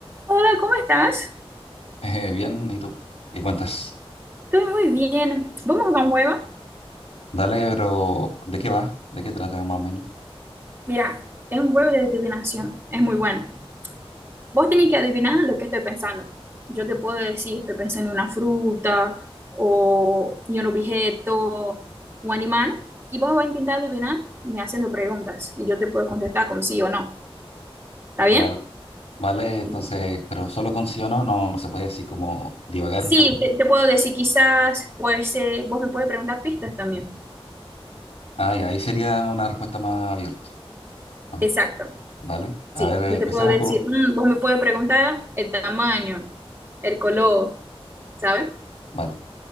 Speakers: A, on the right (about 20°); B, on the left (about 90°).
A: Hola, ¿cómo estás?
B: Eh, bien, ¿y tú? ¿Qué cuentas?
A: Estoy muy bien. Vamos a jugar un juego.
B: Dale, pero ¿de qué va? ¿De qué trata más o menos?
A: Mira, es un juego de adivinación. Es muy bueno. Vos tenés que adivinar lo que estoy pensando. Yo te puedo decir, estoy pensando en una fruta o en un objeto, un animal, y vos vas a intentar adivinar me haciendo preguntas y yo te puedo contestar con sí o no. ¿Está bien?
B: Vale, vale, entonces,
A: Bien.
B: pero solo con sí o no, no, no se puede así como divagar
A: Sí,
B: un poco.
A: te, te puedo decir quizás, pues eh, vos me puedes preguntar pistas también.
B: Ah, ya, ahí sería una respuesta más abierta. Ajá,
A: Exacto.
B: vale, a
A: Sí,
B: ver, eh,
A: yo
B: empecemos
A: te puedo decir,
B: con...
A: mm, vos me puedes preguntar el tamaño, el color, ¿sabes?
B: Vale,